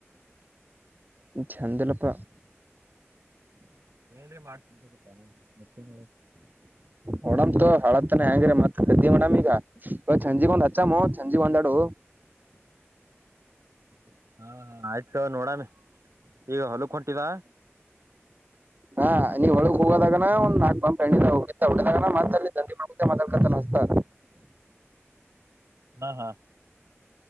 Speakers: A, on the right (about 40°); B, on the right (about 85°).
A: ಚಂದೀಲಪ್ಪ.
B: ಏನ್ರೆ <unintelligible> ಮತ್ತೇನ್ ಮಾಡದ.
A: ನೋಡಮ್ ತೋ ಹಳತಾನ ಹೆಯಾಂಗ್ರೀ ಮತ್ ಕದ್ದಿ ಮಾಡಮ್ ಈಗ. <unintelligible> ಸಂಜೆಗೊಂದ ಅಚ್ಚಾಮೂ ಸಂಜಿಗ್ ಒಂದ್ ಒಂದಾಡು.
B: ಹಾ ಹ ಆಯ್ತ ತೋ ನೋಡಮಿ ಈಗ ಹೊಲುಕ್ ಹೊಂಟಿದ.
A: ಹಾ ನೀ ಹೋಲುಕ್ ಹೋಗೋದಾಗನ ಒಂದ ನಾಕ್ ಪಂಪ್ ಎಣ್ಣಿದ ಹೊಡೀತಾ ಹೊಡದಾಗನ ಮತ್ತ ಅಲ್ಲಿ <unintelligible> ಮತ್ತೆ ಮಾತಾಡಕತನ ಹಚ್ಚತಾ
B: ಹಾ ಹಾ.